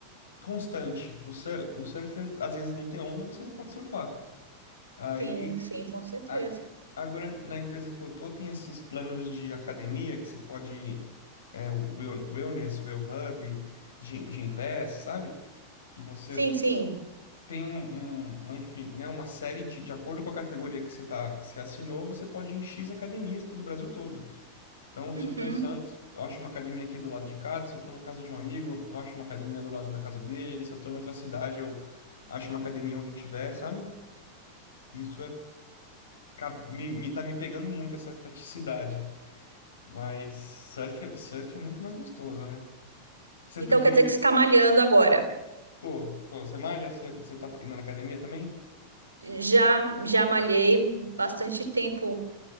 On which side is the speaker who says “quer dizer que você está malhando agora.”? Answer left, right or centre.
Right